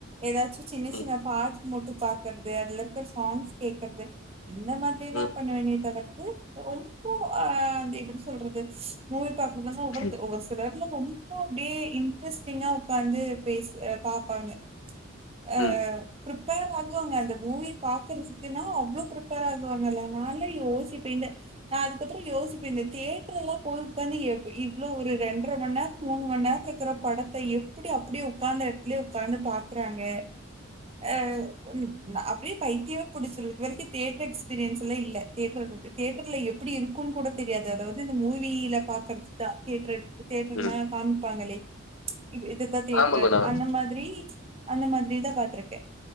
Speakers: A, on the right (about 30°); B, on the left (about 80°).
A: ஏதாச்சும் சின்ன
B: ம்,
A: சின்ன பாட்ஸ் மட்டும் பாத் க்கறது அதல இருக்க சாங்ஸ் கேக்கற்து இந்த மாதிரி எல்லா
B: ம்,
A: இத வந்து அ ரொம்போ அ அது எப்புடி சொல்றது <unintelligible> தொரந்தன்னா ஒவ்வொருத்து
B: ம்,
A: ஒவ்வொரு சிலர்லா ரொம்போ அப்டே இம் இன்ட்ரஸ்டிங்கா உக்காந்து பேஸ் அ பாப்பாங்க அ
B: ம்,
A: ப்பிரிப்பேர் ஆகுவாங்க அந்த மூவி பாக்குறதுக்கன்னா அவ்ளோ ப்பிரிப்பேர் ஆகுவாங்க எல்லா நா ல்லா யோசிப்பேன் இந்த அதுக்கப்புறோ யோசிப்பேன் இந்த தியேட்டர் எல்லா போறத்தானே எவ் இவ்ளோ ஒரு ரெண்ட்ர மண் நேரம் மூணு மண் நேரம் இருக்குறப் படத்த எப்புடி அப்புடியே உக்காந்த இட்த்துலயே உக்காந்து பாக்குறாங்க அ ம் அப்புடியே பைத்தியம் புடிச்சிரும் இது வரைக்கும் தியேட்டர் எக்ஸ்பீரியன்ஸ் அப்புல்லா இல்ல தியேட்டர் வந்துட்டு தியேட்டர்ல எப்புடி இருக்கும்னு கூட தெரியாது அதாவது இந்த மூவில பாக்கறது தான் தியேட்டரு தியேட்டர்னா
B: ம்
A: காமிப்பாங்களே இப்ப இதுதா தியேட்டரு
B: ஆமாங்க மேடம்.
A: அந்த மாதிரி அந்த மாதிரி தா பாத்திருக்கே